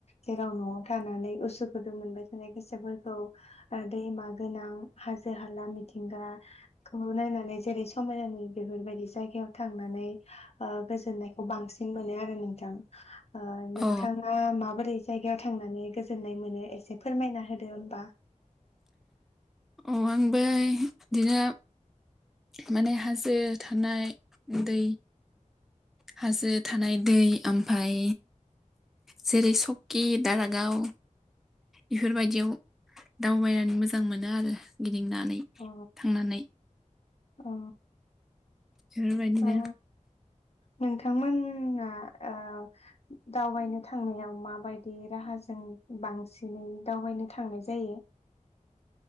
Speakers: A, on the left; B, in the centre.
A: जेराव न'आव थानानै उसु गुदु मोनबाय थानाय गोसोफोरखौ ओ दैमा हाजो हाला मिथि थिंगाखौ नायनानै जेरै समायना नुयो बेफोरबायदि जायगायाव थांनानै ओ गोजोननायखौ बांसिन मोनो आरो नोंथां ओ नोंथाङा
B: अ
A: माबोरै जायगायाव थांनानै ओ गोजोननाय मोनो एसे फोरमायना होदो दे होमबा।
B: अ आांबो इदिनो माने हाजो थानाय दै हाजो थानाय दै ओमफाय जेरै सकि दारागाव इफोरबायदियाव दावबायनानै मोजां मोनो आरो लिंनानै
A: अ
B: थांनानै।
A: अ
B: बेफोरबायदिनो
A: ओ नोंथांमोना ओ दावबायनो थांनायाव माबायदि राहाजों बांसिनै दावबायनो थांनाय जायो।